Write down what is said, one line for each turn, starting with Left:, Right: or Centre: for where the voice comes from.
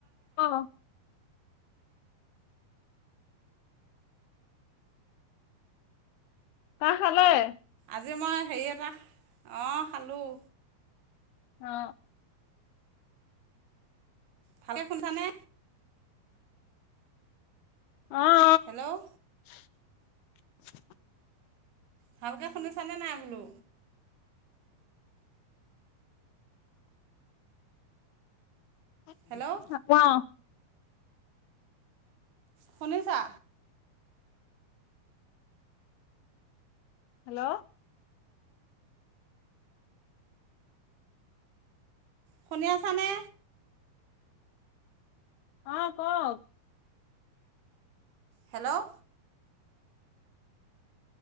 Left: অ চাহ খালোঁৱে।
Right: আজি মই হেৰি এটা অঁ খালোঁ।
Left: অ।
Right: ভালকে শুনচানে?
Left: অ'।
Right: হেল্ল'
Left: <inaudible>
Right: ভালকে শুনিছানে নাই বোলো?
Left: <unintelligible>
Right: হেল্ল' শুনিছা
Left: হেল্ল'
Right: শুনি আছানে
Left: অ কওক
Right: হেল্ল'